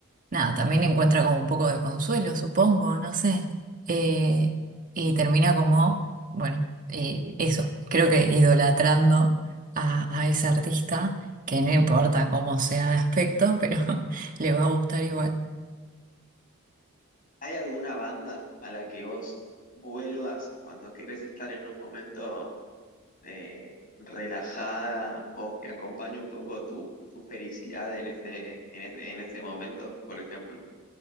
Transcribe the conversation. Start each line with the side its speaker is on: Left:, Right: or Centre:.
Right: Nada, también encuentra como un poco de consuelo, supongo, no sé. Eh, y termina como, bueno, eh, eso, creo que idolatrando a, a ese artista, que no importa cómo sea de aspecto, pero <laughs> le va a gustar igual.
Left: ¿Hay alguna banda a la que vos vuelvas cuando querés estar en un momento? eh, relajada o que acompañe un poco tu, tu felicidad en este, en este, en este momento, por ejemplo.